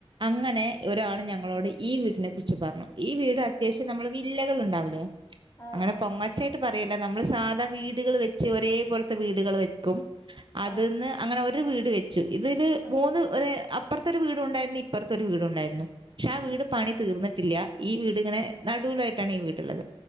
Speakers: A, on the right (about 50°); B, on the left (about 30°).
A: അങ്ങനെ
B: ഉം
A: ഒരാള് ഞങ്ങളോട് ഈ വീടിനെ കുറിച്ച് പറഞ്ഞു ഈ വീട് അത്യാവശ്യം
B: ഉം
A: നമ്മൾ ജില്ലകളുണ്ടോ അവിടെ
B: ആഹ്
A: അങ്ങനെ
B: ആഹ്
A: പൊങ്ങച്ചായിട്ട് പറയല്ല നമ്മള് സാധാ വീടുകൾ വെച്ച് ഒരേ പോലത്തെ വീടുകൾ വെ ക്കും അതിന്ന്
B: ആഹ്
A: അങ്ങനെ ഒരു വീട് വെച്ചു ഇതില്
B: ആഹ്
A: മൂന്ന് ഒര് അപ്പറത്ത് ഒരു വീടുണ്ടായിരുന്നു ഇപ്പുറത്തെ ഒരു വീടുണ്ടായിരുന്നു പക്ഷെ ആ
B: ഉം
A: വീട് പണി തീർന്നിട്ടില്ല ഈ വീടിങ്ങനെ നടുവലായിട്ടാണ് ഈ വീടുള്ളത്